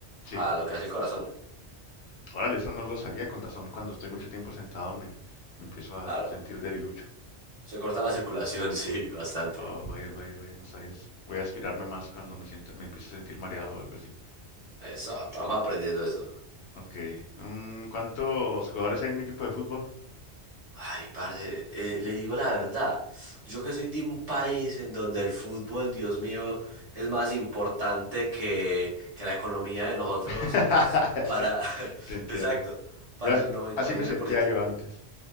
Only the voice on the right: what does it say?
a lo que hace el corazón.
Claro,
se corta la circulación, <laughs> sí, bastante.
Eso, vamos aprendiendo eso.
Ay, parce, eh, le digo la verdad, yo que soy de un país en donde el fútbol, Dios mío, es más importante que, que la economía de nosotros
para,
<laughs>
exacto, para
el noventa
y nueve
por ciento